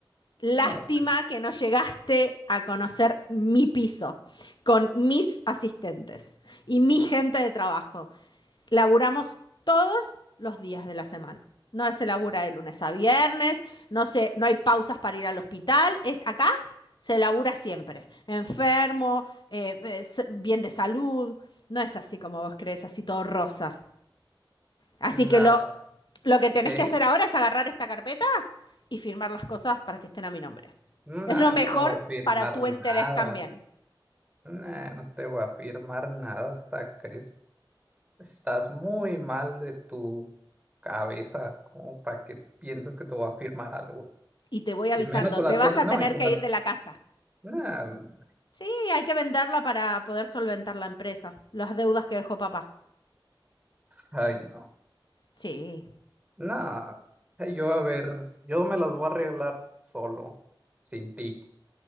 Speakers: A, on the left; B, on the right.
A: Lástima
B: No, pues,
A: que no llegaste a conocer mi piso con mis asistentes y mi gente de trabajo. Laburamos todos los días de la semana. No se labura de lunes a viernes, no se, no hay pausas para ir al hospital. Es, acá se labura siempre. Enfermo, eh, eh, s- bien de salud. No es así como vos crees, así todo rosa. Así
B: no,
A: que lo, lo que tenés
B: ¿qué?
A: que hacer ahora es agarrar esta carpeta y firmar las cosas para que estén a mi nombre.
B: No,
A: Es lo mejor
B: no te voy a firmar
A: para tu interés
B: nada.
A: también.
B: No, no te voy a firmar nada hasta crees. Estás muy mal de tu cabeza, como para que pienses que te voy a firmar algo.
A: Y te voy avisando,
B: Y menos con
A: te
B: las
A: vas
B: cosas,
A: a
B: no,
A: tener
B: y con
A: que
B: las...
A: ir de la casa.
B: no,
A: Sí, hay que venderla para poder solventar la empresa, las deudas que dejó papá.
B: ay, no.
A: Sí,
B: Nah, eh, yo a ver, yo me las voy a arreglar solo, sin ti.